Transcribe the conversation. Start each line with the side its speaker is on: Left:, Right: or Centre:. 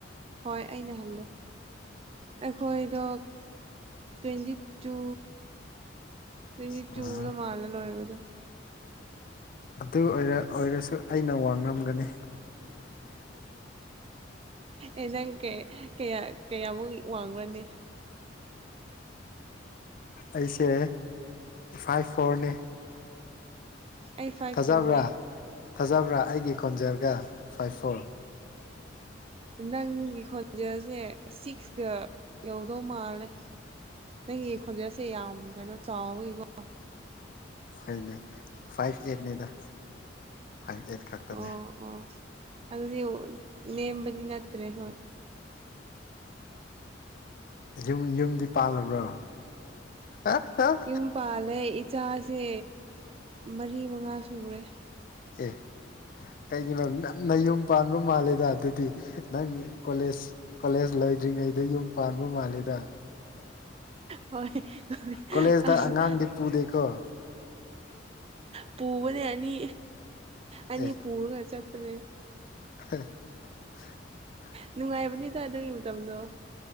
Right: ꯍꯣꯏ ꯑꯩꯅ ꯍꯜꯂꯦ꯫ ꯑꯩꯈꯣꯏꯗꯣ ꯇ꯭ꯋꯦꯟꯇꯤ ꯇꯨ ꯇꯣꯏꯟꯇꯤ
Left: ꯑꯣ
Right: ꯇꯨꯗ ꯃꯥꯜꯂꯦ ꯂꯣꯏꯕꯗꯣ
Left: ꯑꯗꯨ ꯑꯣꯏꯔ ꯑꯣꯏꯔꯁꯨ ꯑꯩꯅ ꯋꯥ ꯉꯝꯒꯅꯤ
Right: ꯑꯦ ꯅꯪ ꯀꯌꯥ ꯀꯌꯥꯃꯨꯛ ꯋꯥꯡꯕ꯭ꯔꯅꯦ
Left: ꯑꯩꯁꯦ ꯐꯥꯏꯚ ꯐꯣꯔꯅꯤ꯫
Right: ꯑꯩ ꯐꯥꯏꯚ
Left: ꯊꯥꯖꯕ꯭ꯔꯥ
Right: ꯇꯨꯅꯦ
Left: ꯊꯥꯖꯕ꯭ꯔꯥ ꯑꯩꯒꯤ ꯀꯣꯟꯖꯦꯜꯒ ꯐꯥꯏꯚ ꯐꯣꯔ꯫
Right: ꯅꯪꯒꯤ ꯈꯣꯟꯖꯁꯦ ꯁꯤꯛꯁꯀ ꯌꯧꯗꯧ ꯃꯥꯜꯂꯦ꯫ ꯅꯪꯒꯤ ꯈꯣꯟꯖꯦꯜꯁꯦ ꯌꯥꯝ ꯀꯩꯅꯣ ꯆꯥꯎꯋꯤꯀꯣ꯫
Left: ꯑꯩꯅꯦ ꯐꯥꯏꯚ ꯑꯦꯠꯅꯤꯗ ꯐꯥꯏꯚ ꯑꯦꯠ ꯈꯛꯇꯅꯦ
Right: ꯑꯣ ꯑꯣ ꯑꯗꯨꯗꯤ ꯅꯦꯝꯕꯗꯤ ꯅꯠꯇ꯭ꯔꯦ ꯍꯣꯏ꯫
Left: ꯌꯨꯝ ꯌꯨꯝꯗꯤ ꯄꯥꯜꯂꯕ꯭ꯔꯣ꯫ <unintelligible>
Right: ꯌꯨꯝ ꯄꯥꯜꯂꯦ ꯏꯆꯥꯁꯦ ꯃꯔꯤ ꯃꯉꯥ ꯁꯨꯔꯦ꯫
Left: ꯑꯦ ꯀꯩꯒꯤꯅꯣ ꯉꯥꯟꯅ ꯌꯨꯝ ꯄꯥꯟꯕ ꯃꯥꯜꯂꯦꯗ ꯑꯗꯨꯗꯤ ꯅꯪꯒꯤ ꯀꯣꯂꯦꯖ ꯀꯣꯂꯦꯖ ꯂꯩꯗ꯭ꯔꯤꯉꯩꯗ ꯌꯨꯝ ꯄꯥꯟꯕ ꯃꯥꯜꯂꯦꯗ꯫
Right: ꯍꯣꯏ ꯍꯣꯏ
Left: ꯀꯣꯂꯦꯖꯇ
Right: ꯑꯁ
Left: ꯑꯉꯥꯡꯗꯤ ꯄꯨꯗꯦꯀꯣ
Right: ꯄꯨꯕꯅꯦ ꯑꯅꯤ ꯑꯅꯤ
Left: ꯑꯦ
Right: ꯄꯨꯔꯑ ꯆꯥꯠꯄꯅꯦ꯫
Left: <unintelligible>
Right: ꯅꯨꯡꯉꯥꯏꯕꯅꯤꯗ ꯑꯗꯨꯒꯤ ꯃꯇꯝꯗꯣ꯫